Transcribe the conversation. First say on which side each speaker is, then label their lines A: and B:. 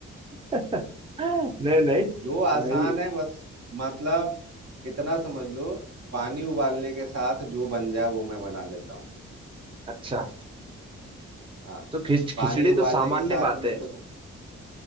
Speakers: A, on the right; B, on the right.
A: हैं <laughs> नहीं नहीं
B: जो आसान
A: नहीं
B: है बस मतलब इतना समझ लो पानी उबालने के साथ जो बन जाए वो मैं बना लेता हूँ
A: अच्छा
B: हाँ
A: तो खिच
B: पानी
A: खिचड़ी तो
B: उबालने
A: सामान्य
B: के साथ
A: बात
B: में
A: है
B: तो